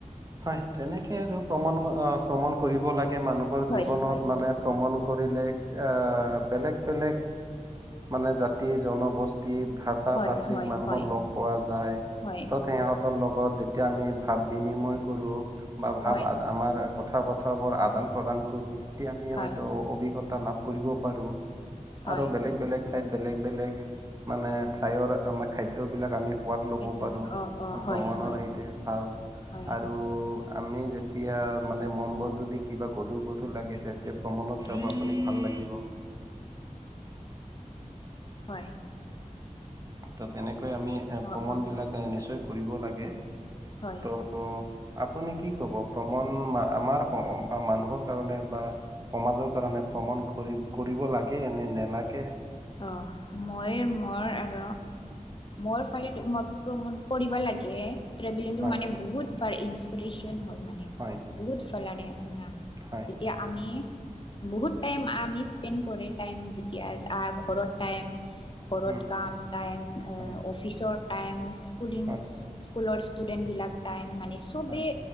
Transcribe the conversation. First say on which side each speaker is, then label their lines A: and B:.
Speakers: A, on the right; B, on the left.
A: হয় তেনেকে আৰু প্ৰমাণ আ
B: হয়
A: প্ৰমাণ কৰিব লাগে মানুহ হ'ল
B: হয়
A: জীৱনত
B: হয়
A: মানে ভ্ৰমণ কৰ কৰিলেক আ বেলেগ বেলেগ মানে জাতি জনগষ্ঠ টি ভাষা
B: হয়
A: ভাচিক
B: হয়
A: মানুহক
B: হয়
A: লগ পোৱা যায়
B: হয়
A: তত সিহঁতৰ লগ লগত যেতিয়া আমি ভাৱ বিনিময় কৰো বা
B: হয়
A: ভাৱ আমাৰ কথা বতৰাবোৰ আদান-প্ৰদান কৰো, তেতিয়া আমি
B: হয়
A: হয়তো অভিজ্ঞতা লাভ কৰিব পাৰো।
B: হয়
A: আৰু বেলেগ বেলেগ ঠাইত বেলেগ বেলেগ মানে ঠাইৰ আমাৰ খাদ্যবিলাক আমি সোৱাদ ল'ব
B: হয়
A: পাৰো।
B: অ অ হয়
A: ভ্ৰমণৰ
B: হয়
A: সেইটোৱে ভাল।
B: হয়
A: আৰু আমি যেতিয়া
B: হয়
A: মানে মন বোৰ যদি কিবা গধুৰ গধুৰ লাগে তেতিয়া ভ্ৰমণত যাব
B: হয়
A: আপুনি ভাল লাগিব।
B: হয়।
A: ত তেনেকৈ আমি ভ্ৰমণ
B: অ অ
A: বিলাক নিশ্চয় কৰিব লাগে।
B: হয়।
A: ত' আপুনি কি কব ভ্ৰমণ আমাৰ বা মানুহৰ কাৰণে বা সমাজৰ কাৰণে ভ্ৰমণ কৰি কৰিব লাগে নে নেলাগে?
B: অ মই মোৰ আৰ মোৰ ফালে তোমাক প্ৰমাণ কৰিবা লাগে। ট্ৰেভেলিংটো
A: হয়
B: মানে বহুত ফাৰ ইন্সফেৰেচন হয় মানে
A: হয়
B: বহুত ফালাৰে। আননা
A: হয়
B: যেতিয়া আমি বহুত টাইম আমি স্পেণ্ড কৰি টাইম যেতিয়া আ ঘৰত টাইম ঘৰত
A: উম
B: কাম টাইম
A: হয়
B: অফিচৰ টাইম স্কুলিং
A: হয়
B: স্কুলৰ ষ্টুডেণ্টবিলাক টাইম মানে চবেই
A: হয়